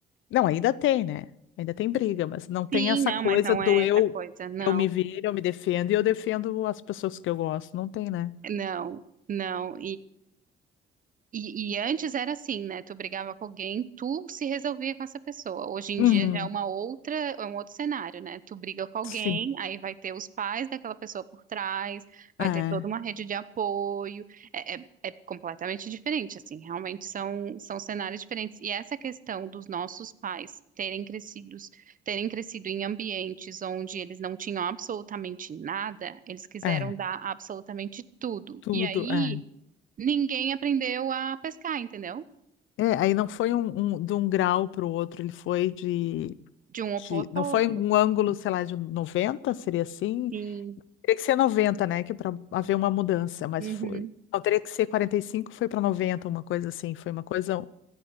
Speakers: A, on the left (about 80°); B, on the right (about 40°).
A: Não, ainda tem, né? Ainda tem briga, mas não tem
B: Sim,
A: essa
B: não,
A: coisa
B: mas não
A: do
B: é
A: eu
B: essa coisa, não,
A: eu me viro, eu me defendo e eu defendo as pessoas que eu gosto. Não tem, né?
B: não, não. E, e antes era assim, né? Tu brigava com alguém, tu se resolvia com essa pessoa. Hoje em
A: Uhum.
B: dia já é uma outra, é um outro cenário, né? Tu briga com alguém,
A: Sim.
B: aí vai ter os pais daquela pessoa por trás, vai
A: É,
B: ter toda uma rede de apoio. É, é- é completamente diferente, assim. Realmente são, são cenários diferentes. E essa questão dos nossos pais terem crescidos, terem crescido em ambientes onde eles não tinham absolutamente nada, eles quiseram
A: é.
B: dar absolutamente tudo.
A: Tudo,
B: E aí
A: é.
B: Ninguém aprendeu a pescar, entendeu?
A: É, aí não foi um, um- de um grau para o outro, ele foi de,
B: De um
A: de.
B: oposto
A: Não
B: ao
A: foi
B: outro.
A: um ângulo, sei lá, de 90 seria assim?
B: Sim.
A: Teria que ser 90, né? Que para haver uma mudança, mas
B: Uhum.
A: foi. Não, teria que ser 45 foi para noventa. uma coisa assim. Foi uma coisa.